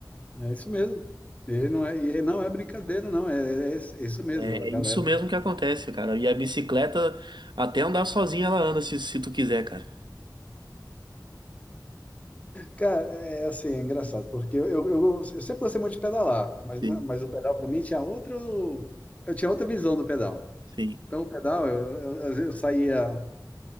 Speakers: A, on the left; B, on the right.
A: É isso mesmo. E não é, e não é brincadeira, não. É, é isso mesmo,
B: É
A: a galera.
B: isso mesmo que acontece, cara. E a bicicleta, até andar sozinha, ela anda se, se tu quiser, cara.
A: Cara, é assim, é engraçado, porque eu, eu, eu, eu sempre gostei muito de pedalar, mas, mas
B: Sim,
A: o pedal para mim tinha outro. Eu tinha outra visão do pedal.
B: sim.
A: Então, o pedal, eu, eu, às vezes eu saía